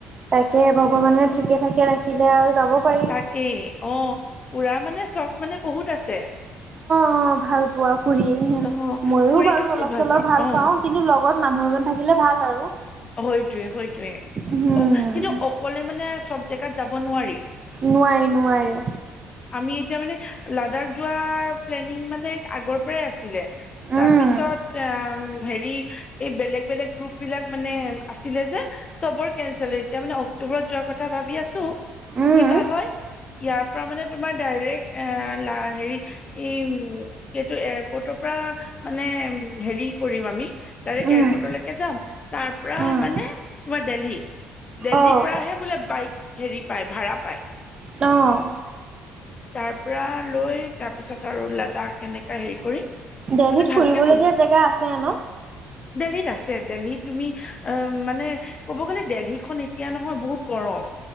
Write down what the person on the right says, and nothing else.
তাকে ভগৱানে ঠিকে ঠাকে ৰাখিলে আৰু যাব পাৰি।
অ' ভাল পোৱা ফুৰি হে,
মইয়ো
বাৰু
অলপ চলপ ভাল
পাওঁ। কিন্তু লগ লগত মানুহ এজন থাকিলে ভাল আৰু।
উম,
নোৱাৰে-নোৱাৰে।
উম,
উম,
উম,
উম,
অ',
অ',
দিল্লীত
ফুৰিবলগীয়া জেগা আছে ন?